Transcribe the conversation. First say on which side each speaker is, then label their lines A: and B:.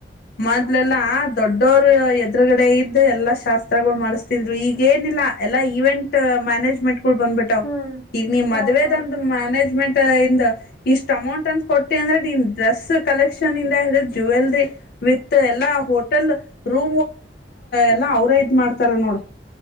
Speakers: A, on the left; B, on the left.
A: ಮದಲೆಲ್ಲಾ
B: ಹೌದೌದು
A: ದೊಡ್ಡವ ಎದುರುಗಡೆ ಇದ್ದ ಎಲ್ಲಾ ಶಾಸ್ತ್ರಗಳು ಮಾಡಿಸ್ತಿದ್ರು ಈಗ ಏನಿಲ್ಲ ಎಲ್ಲ ಇವೆಂಟ್ ಮ್ಯಾನೇಜ್ಮೆಂಟ್ ಬಂದ್ಬಿಟ್ಟ
B: ಹ್ಮ್
A: ಈಗ ನೀ ಮದ್ವೆ
B: ಹೌದೌದು
A: ಮ್ಯಾನೇಜ್ಮೆಂಟ್ ಇಂದ ಇಷ್ಟ್ ಅಮೌಂಟ್ ಅಂತ ಕೊಟ್ಟಿ ಅಂದ್ರೆ ನೀನ್ ಡ್ರೆಸ್ ಕಲೆಕ್ಷನ್ ಇಂದ ಹಿಡಿದ್ ಜ ವಿ ಎಲ್ಲ ಹೋಟಲ್ ರೂ ಎಲ್ಲಾ ಅವ್ರೇ ಇದ್ ಮಾಡ್ತಾರ ನೋಡ್ರ